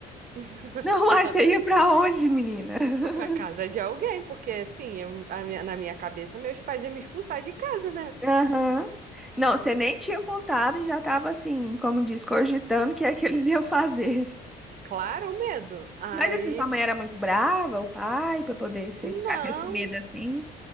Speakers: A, on the right (about 55°); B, in the centre.
A: <laughs>
B: Não, mas você ia pra onde, menina? <laughs>
A: Vou Pra casa de alguém, porque assim, eu- a minha- na minha cabeça meus pais iam me expulsar de casa, né?
B: Aham. Não, você nem tinha contado e já tava assim, como diz, cogitando o que é que eles iam fazer.
A: Claro, o medo. Aí,
B: Mas assim, sua mãe era muito brava, o pai, pra poder você ficar
A: não,
B: com esse medo assim.